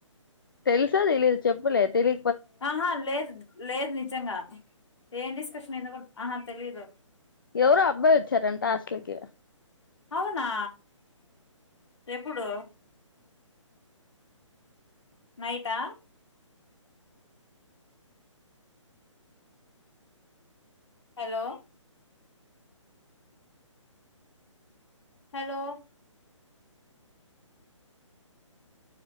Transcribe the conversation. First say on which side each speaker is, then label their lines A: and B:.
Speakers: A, on the left (about 45°); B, on the left (about 60°).
A: తెల్సదు ఇలి చెప్పులే తెలి
B: ఆహా లేదు లేదు నిజంగా ఏం డిస్కషన్ ఎందుకు ఆహా తెలిదు
A: ఎవరు అబ్బాయి వచ్చారంట హాస్టల్కి
B: అవునా ఎప్పుడు నయితా hello hello